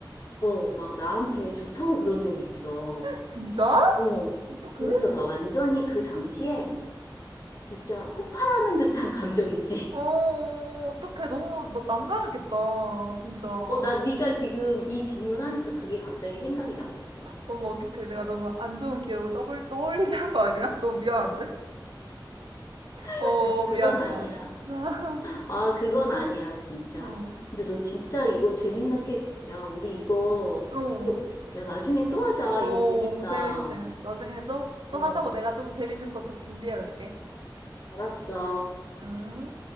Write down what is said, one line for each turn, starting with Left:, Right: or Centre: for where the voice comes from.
Left: 어, 막 나한테 좋다고 그런 적이 있어.
Right: 진짜?
Left: 어.
Right: 어떡해?
Left: 그래서 나 완전히 그 당시에 진짜 폭발하는 듯한 감정 있지.
Right: 어, 어떡해. 너무 나- 난감했겠다. 진짜.
Left: <laughs> 어, 나 네가 지금 이 질문하니까 그게 갑자기 생각이 났었어.
Right: 어머, 어떡해. 내가 너무 안 좋은 기억을 떠벌, 떠올리게 한 거 아니야? 너무 미안한데?
Left: <laughs>
Right: 어,
Left: 아니, 그건
Right: 미안,
Left: 아니야.
Right: 미안. <laughs>
Left: 아, 그건 아니야, 진짜.
Right: 어,
Left: 근데 너 진짜 이거 재밌는 게, 야, 우리 이거
Right: 어,
Left: 계속, 야, 나중에 또 하자.
Right: 어,
Left: 이거 재밌다.
Right: 재밌어, 재밌어. 나중에도
Left: 어,
Right: 또 하자고 내가 좀 재밌는 것도 준비해 올게.
Left: 알았어.
Right: 응?